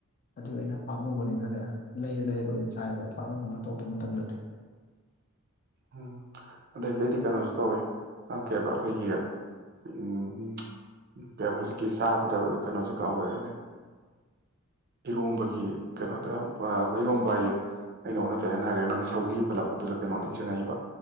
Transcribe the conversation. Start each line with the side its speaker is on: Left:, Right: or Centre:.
Left: ꯑꯗꯨ ꯑꯩꯅ ꯄꯥꯝꯃꯨꯕꯅꯤꯅꯅꯦ ꯂꯩꯔ ꯂꯩꯔꯒ ꯑꯣꯏꯅ ꯆꯥꯏꯕ ꯄꯥꯛꯅꯝꯒꯨꯝꯕ ꯇꯧꯕ ꯃꯇꯝꯗꯗꯤ
Right: ꯎꯝ ꯑꯗꯒꯤ ꯑꯩꯗꯤ ꯀꯩꯅꯣꯁꯨ ꯇꯧꯋꯦ ꯑ ꯀꯩ ꯍꯥꯢꯕ ꯑꯈꯣꯢꯒꯤ ꯎꯝ ꯀꯩꯕ ꯍꯧꯖꯤꯛꯀꯤ ꯆꯥꯕꯗ ꯀꯩꯅꯣꯁꯦ ꯀꯥꯎꯋꯦꯅꯦ ꯏꯔꯣꯝꯕꯒꯤ ꯀꯩꯅꯣꯗꯣ ꯌꯥꯝ ꯑꯩꯈꯣꯏ ꯏꯔꯣꯝꯕ ꯍꯥꯏꯌꯦ ꯑꯩꯅ ꯑꯣꯟꯅ ꯇꯩꯅ ꯍꯥꯏꯈ꯭ꯔꯦ ꯅꯪꯅ ꯁꯧꯒ꯭ꯔꯤ ꯄꯜꯂꯛꯄꯗꯨꯗ ꯀꯩꯅꯣ ꯅꯤꯡꯁꯤꯡꯉꯛꯏꯕ